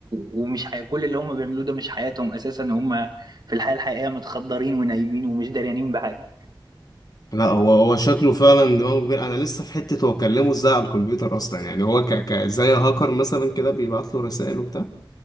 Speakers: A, on the right; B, on the left.
A: ومش حي... كل اللي هم بيعملوه ده مش حياتهم أساسا هم في الحياة الحقيقية متخدرين ونايمين ومش داريانين بحاجة
B: لا هو هو شكله فعلا دماغه كبير انا لسه في حتة هو كلمه ازاي على الكمبيوتر اصلا يعني هو ك ك زي هاكر مثلا كده بيبعت له رسائل وبتاع